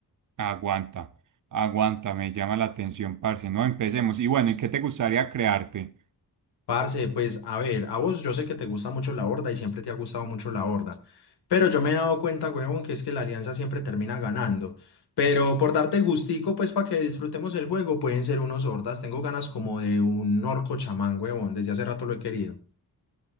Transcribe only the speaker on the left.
Parce, pues a ver, a vos yo sé que te gusta mucho la Horda y siempre te ha gustado mucho la Horda, pero yo me he dado cuenta, huevón, que es que la Alianza siempre termina ganando. Pero por darte gustico, pues para que disfrutemos el juego, pueden ser unos Hordas. Tengo ganas como de un orco chamán, huevón, desde hace rato lo he querido.